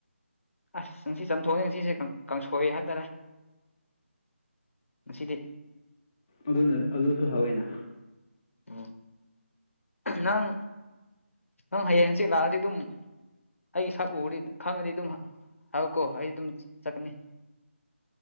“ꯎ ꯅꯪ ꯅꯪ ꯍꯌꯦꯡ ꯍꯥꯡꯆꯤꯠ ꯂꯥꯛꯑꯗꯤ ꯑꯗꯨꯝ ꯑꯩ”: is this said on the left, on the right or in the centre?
Left